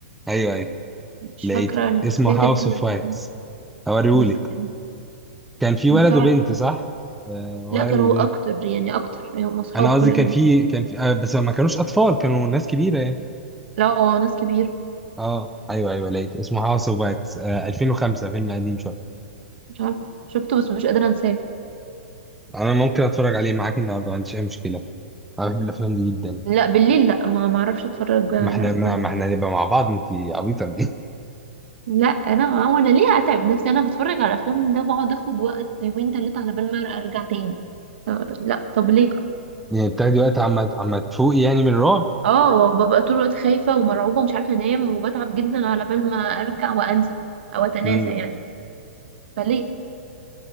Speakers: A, in the centre; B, on the right.
A: ايوه ايوه
B: مش
A: لقيته
B: فاكره
A: اسمه
B: حكايه
A: هاوس
B: الكلب
A: اوف واكس
B: ده.
A: هوريهولك
B: بس كان
A: كان في
B: مش
A: ولد
B: عارفه
A: وبنت صح آه ولد
B: لا كان
A: وبنت
B: هو اكتر يعني اكتر يعني هم اصحاب
A: انا
B: كل
A: قصدي كان في كان في آه بس ما كانوش اطفال كانوا ناس كبيره يعني
B: لا هو ناس كبيره
A: اه ايوه ايوه لقيته اسمه هاوس اوف واكس آه 2005 فيلم قديم شويه
B: مش عارفه شفته بس مش قادره انساه
A: انا ممكن اتفرج عليه معاك النهارده ما عنديش اي مشكله انا بحب الافلام دي جدا
B: لا بالليل لا ما ما اعرفش اتفرج على
A: ما احنا
B: افلام
A: ما, ما احنا هنبقى مع بعض انت عبيطه ولا ايه <laughs>
B: لا انا ما هو انا ليه اتعب نفسي انا بتفرج على افلام ده بقعد اخد وقت يومين ثلاثه على بال ما ارجع تاني آه، لا طب ليه
A: يعني بتاخدي وقت عما عما تفوقي يعني من الرعب
B: اه ببقى طول الوقت خايفه ومرعوبه ومش عارفه انام وبتعب جدا على بال ما ارجع وانسى او اتناسى
A: امم
B: يعني فليه